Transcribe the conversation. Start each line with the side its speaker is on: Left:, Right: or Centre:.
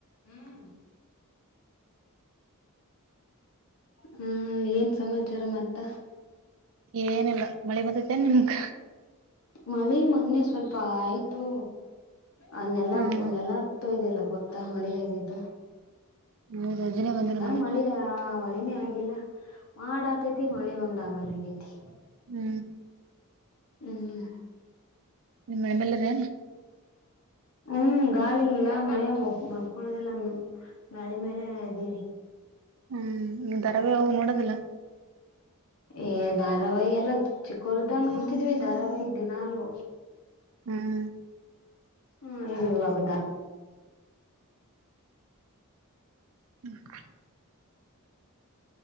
Left: ಹ್ಮ್ ಹ್ಮ ಏನ್ ಸಮಾಚಾರ ಮತ್ತ
Right: ಏನಿಲ್ಲ ಮಳೆ ಬಂದತನ್ ನಿಮಗ
Left: ಮಳೆ ಮೊನ್ನೆ ಸ್ವಲ್ಪ ಆಯ್ತು ಆ ನೆಲ
Right: ಹ್ಮ್
Left: ನೆಲಗ್ತಯ್ದಿಲ್ಲ ಗೊತ್ತಾ ಮಳೆ ಆಾಗಿದ್ದು
Right: ಹೌದು ಅಜ್ಜಿನೇ ಬಂದಿಲ್ಲ
Left: ಮಳಿ ಮಳ ಏನೇ ಆಗಿಲ್ಲ ಮಾಡಾತೈತಿ ಮಳಿ ಒಂದ ಆಾಗಲ್ಲಗೈತಿ
Right: ಹ್ಮ್
Left: ಹ್ಮ್
Right: ನಿಮ್ಮ ಮಮೇಲೆರನ್
Left: ಹ್ಮ್ ಗಾಳಿಿಲ್ಲಲ್ಲ ಮನೆಯ ಮನ್ಕೊಳದಿಲ್ಲಾನ ಮಳೆ ಮೇಲೆ ಇದ್ದೀವಿ
Right: ಹ್ಮ್ ನೀ ದಧಾರಾವ್ಯವು ನೋಡದಿಲ್ಲ
Left: ಏ ಧಾರಾವಾಹಿ ಎಲ್ಲ ಚಿಕ್ಕವರು್ದ ನೋಡ್ತಿದ್ವಿ ಧಾರಾವಾಹಿ ದಿನಾಲುೂ
Right: ಹ್ಮ್
Left: ಹ್ಮ್ ಇವಾಗದಾ
Right: ಹ್ಮ